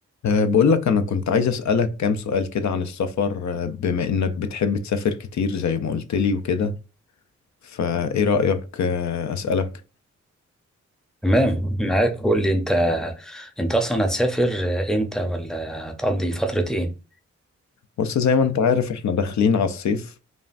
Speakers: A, on the left; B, in the centre.
A: أه، بقول لك أنا كنت عايز أسألك كام سؤال كده عن السفر أه، بما إنك بتحب تسافر كتير زي ما قلت لي وكده فإيه رأيك أه، أسألك
B: تمام معاك قول لي انت انت اصلا هتسافر امتى ولا هتقضي فترة ايه
A: بص زي ما أنت عارف إحنا داخلين على الصيف